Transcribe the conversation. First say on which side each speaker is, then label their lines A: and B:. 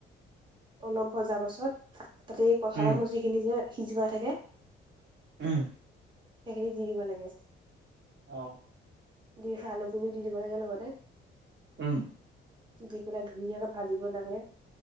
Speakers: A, on the right; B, on the right.
A: অলপ ভজাৰ পাছত- তা'তে এই কঁঠালৰ
B: উম
A: মুচি খিনি যে সিজিৱা থাকে
B: উম।
A: সেইখিনি দি দিব লাগে।
B: অ'।
A: দি আলু খিনিও দি দিব লাগে লগতে।
B: উমঁ।
A: দি পেলাই ধুনীয়াকে ভাজিব লাগে।